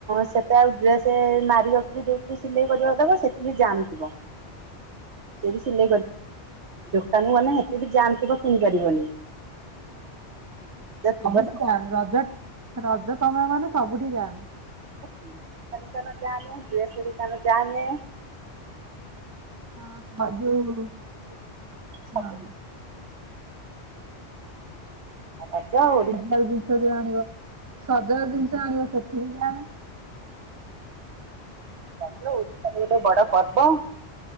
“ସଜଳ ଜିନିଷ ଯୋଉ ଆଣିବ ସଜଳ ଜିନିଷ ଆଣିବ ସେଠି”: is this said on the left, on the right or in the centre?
Right